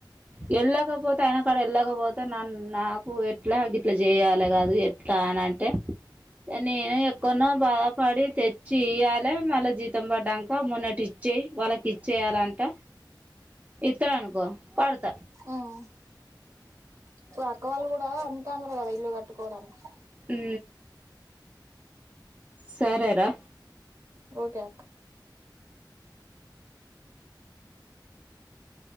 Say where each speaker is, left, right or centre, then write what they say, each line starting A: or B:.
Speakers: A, on the right; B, on the right.
A: వెళ్ళకపోతే ఆయన కాడ వెళ్ళకపోతే నన్ను నాకు ఎట్లా గిట్లా చేయాలి కాదు ఎట్లా అని అంటే నేను ఎక్కనో బాధపడి తెచ్చి ఇయ్యాలి మళ్ళీ జీతం పడ్డాక మొన్నటి ఇచ్చేయి వాళ్ళకి ఇచ్చేయాలంట ఇత్ర అనుకో పాడుత
B: ఉమ్ ఇప్పుడు అక్క వాళ్ళు కూడా అమ్ముతన్నారు కదా ఇల్లు కట్టుకోవడానికి
A: హు సరే రా
B: ఓకే